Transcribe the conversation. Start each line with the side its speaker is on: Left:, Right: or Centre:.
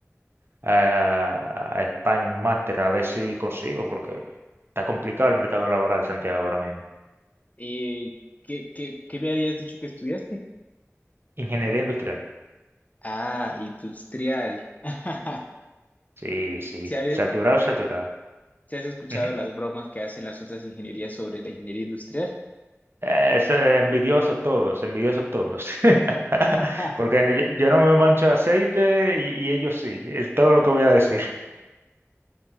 Right: a, a España un máster a ver si consigo, porque está complicado el mercado laboral, Santiago, ahora mismo.
Left: Eh, ¿qué, qué, qué me habías dicho que estudiaste?
Right: Ingeniería industrial.
Left: Ah, industrial. <laughs>
Right: Sí, sí.
Left: ¿Se
Right: Saturado, saturado.
Left: ¿Te has escuchado
Right: Ujú.
Left: las bromas que hacen las otras ingenierías sobre la ingeniería industrial?
Right: Eh, es, eh, envidiosos todos, envidiosos todos.
Left: <laughs>
Right: <laughs> Porque no- yo, yo no me mancho de aceite y, y ellos sí, es todo lo que voy a decir.